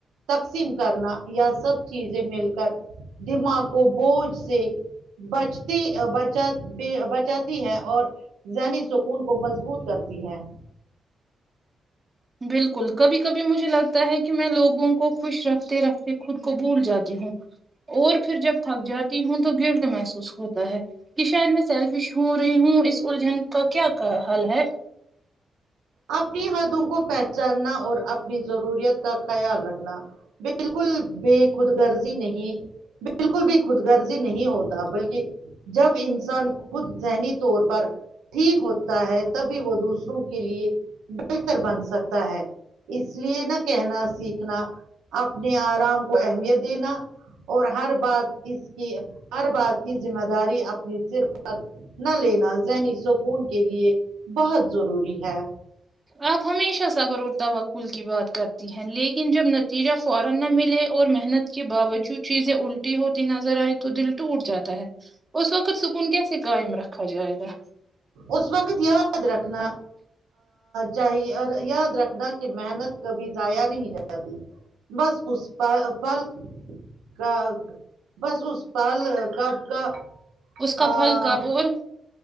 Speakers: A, on the right; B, on the right.
A: تقسیم کرنا یا سب چیزیں مل کر دماغ کو بوجھ سے بچتی بچا بچاتی ہے اور ذہنی سکون کو مضبوط کرتی ہیں
B: بالکل کبھی کبھی مجھے لگتا ہے کہ میں لوگوں کو خوش رکھتے رکھتے خود کو بھول جاتی ہوں اور پھر جب تھک جاتی ہوں تو گیلٹ محسوس ہوتا ہے کہ شاید میں سیلفش ہو رہی ہوں اس اللجھن کا کیا حال ہے
A: اپنی حدوں کو پہچاننا اور اپنی ضروریت کا خیال رکھنا بالکل بے خود گرضی نہیں بالکل بھی خود گرزی نہیں ہوتا بلکہ جب انسان خود ذہنی طور پر ٹھیک ہوتا ہے تبھی وہ دوسرا دوسروں کے لیے بہتر بن سکتا ہے اس لیے نہ کہنا سیکھنا اپنے آرام کو اہمیت دینا اور ہر بات اس کی ہر بات کی ذمہ داری اپنی سر پر نہ لینا ذہنی سکون کے لیے بہت ضروری ہے
B: آپ ہمیشہ صبر و توکل کی بات کرتے ہیں لیکن جب نتیجہ فورن نہ ملے اور محنت کے باوجود چیزیں ال ٹی ہوتی نظر آئے تو دل ٹوٹ جاتا ہے اس وقت سکون کیسے قائم رکھا جائے گا
A: اس وقت یاد رکھنا چاہیے اور یاد رکھنا کہ محنت کبھی زایا نہیں جاتی بس اس پ پل کا بس اس پال کب کا
B: اس کا
A: آ،
B: پھل کب اور